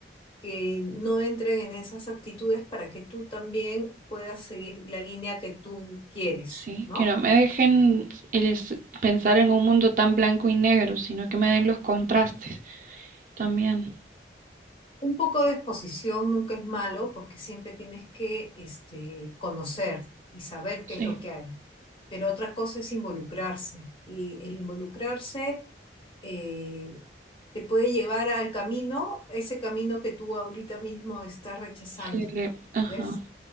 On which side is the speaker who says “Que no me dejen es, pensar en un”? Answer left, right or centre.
Right